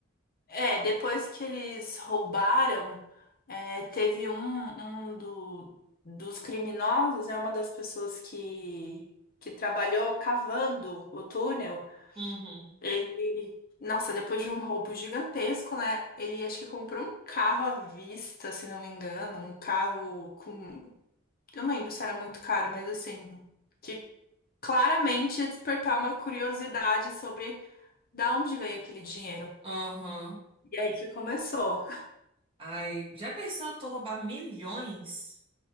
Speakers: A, on the left; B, on the right.
A: É, depois que eles roubaram, é, teve um, um do- dos criminosos, né, uma das pessoas que, que trabalhou cavando o túnel.
B: Uhum.
A: Ele, nossa, depois de um roubo gigantesco, né? Ele acho que comprou um carro à vista, se não me engano, um carro com, eu não lembro se era muito caro, mas assim, que claramente ia despertar uma curiosidade sobre da onde veio aquele dinheiro.
B: Aham.
A: E aí que começou.
B: Ai, já pensou tu roubar milhões